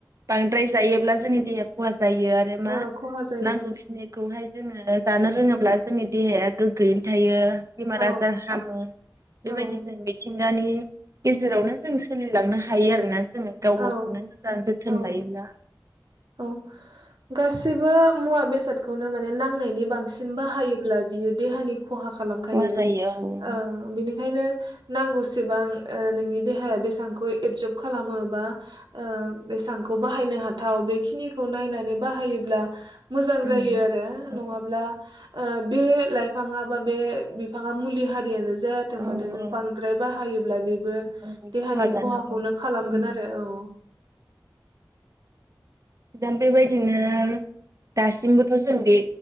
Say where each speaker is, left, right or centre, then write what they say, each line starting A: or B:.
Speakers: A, on the right; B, on the right.
A: बांद्राय जायोब्ला जोंनि देहा खहा जायो आरो मा
B: ओ खहा जायो
A: नांगौखिनिखौहाय जोङो दा जानो रोङोब्ला जोंनि देहाया गोग्गोयैनो थायो। बेमार
B: औ
A: आजार हामो। बेबायदि
B: औ
A: जों मिथिंगानि गेजेरावनो जों सोलिलांनो हायो आरोना जोङो गाव
B: औ
A: गावखौनो जा जोथोन
B: औ
A: लायोब्ला।
B: औ गासिबो मुवा बेसादखौनो माने नांनायनि बांसिन बाहायोब्ला बियो देहानि खहा खालामखायो
A: खहा जायो औ
B: ओ बेनि खायनो नांगौसेबां ओ नोंनि देहाया बेसांखौ एबजब खालामो बा ओ बेसां खौ बाहायनो हाथाव बे खिनिखौ नायनानै बाहायोब्ला मोजां
A: उम
B: जायो आरो
A: औ
B: नङाब्ला ओ बे लाइफाङा बा बे बिफाङा मुलि हारियानो जायाथों
A: औ
B: मानो
A: औ
B: नों बांद्राय बाहायोब्ला बेबो
A: औ
B: देहानि
A: खहा जानो
B: खहाखौनो
A: हागौ
B: खालामगोन
A: उम
B: आरो औ।
A: दा बेबायदिनो दासिमबोथ' जों बे